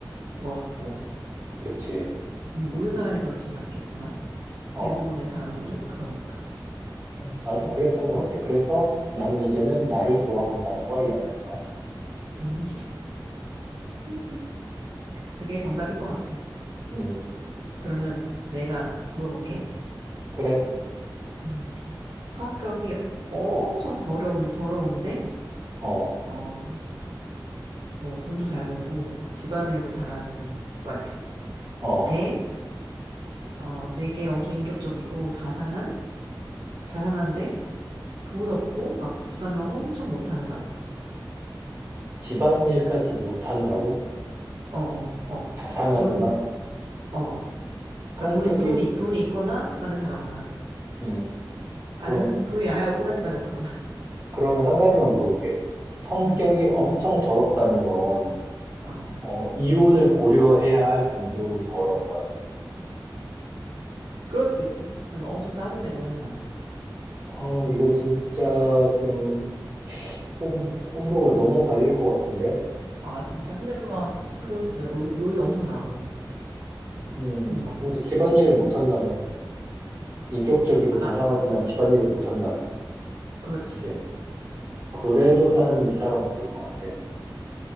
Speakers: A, on the right; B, on the right.
A: 거 같고.
B: 그치.
A: 음,
B: 음,
A: 모든 사람이 그렇진 않겠지만
B: 어,
A: 대부분의 사람들은 그러니까
B: 어, 나도 그랬던
A: 음, 좋은
B: 것 같아.
A: 것
B: 그래서
A: 같아.
B: 나는 이제는 나를 좋아하는 사람과 연애할 거야.
A: 음, <laughs> 그게 정답인 것 같아.
B: 음,
A: 그러면 내가 물어볼게.
B: 그래.
A: 음, 성격이 엄청 더러운 더러운데
B: 어,
A: 어, 뭐 돈도 잘 벌고 막 집안일도 잘하는 와이프.
B: 어.
A: 대 어, 되게 엄청 인격적이고 자상한 자상한데 돈 없고 막 집안일 엄청 못하는 와이프.
B: 집안일까지 못한다고?
A: 어, 어, 어.
B: 자상하지만
A: 돈, 어.
B: 성격이,
A: 그러니까 돈, 돈이, 돈이 있거나 집안일 잘하거나.
B: 음,
A: 아니면
B: 그럼,
A: 돈이 아예 없거나 집안이 못하거나.
B: 그러면 한 가지만 물어볼게. 성격이
A: 음,
B: 엄청 더럽다는 건
A: 어.
B: 어, 이혼을 고려해야 할 정도로 더러운 거야?
A: 그럴 수도 있지. 근데 막 엄청 짜증내고 맨날.
B: 아, 이거 진짜 좀 호불, 호불호가 너무 갈릴 것 같은데?
A: 아, 진짜. 근데 막,
B: 음,
A: 그럴 수도 있 요리도 엄청 잘하고.
B: 음,
A: 돈도 많고.
B: 근데 집안일을 못한다며. 인격적이고
A: 아,
B: 자상하지만 집안일을 못한다며.
A: 그렇지.
B: 그치? 그래도
A: 어.
B: 난 이 사람 고를 것 같아.